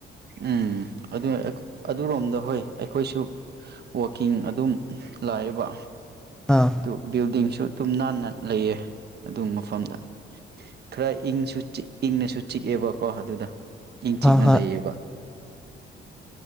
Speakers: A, on the right (about 55°); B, in the centre.
A: ꯎꯝ ꯑꯗꯨ ꯑꯗꯨꯔꯣꯝꯗ ꯍꯣꯏ ꯑꯩꯈꯣꯏꯁꯨ ꯋꯥꯋꯀꯤꯡ ꯑꯗꯨꯝ ꯂꯥꯛꯑꯦꯕ
B: ꯑꯥ
A: ꯑꯗꯨ ꯕꯤꯜꯗꯤꯡꯁꯨ ꯑꯗꯨꯝ ꯅꯥꯟꯅ ꯂꯩꯌꯦ ꯑꯗꯨ ꯃꯐꯝꯗ ꯈꯔ ꯏꯪꯁꯨ ꯏꯪꯅꯁꯨ ꯆꯤꯛꯑꯦꯕꯀꯣ ꯑꯗꯨꯗ ꯏꯪ ꯆꯤꯛꯅ
B: ꯍꯣꯏ ꯍꯣꯏ
A: ꯂꯩꯌꯦꯕ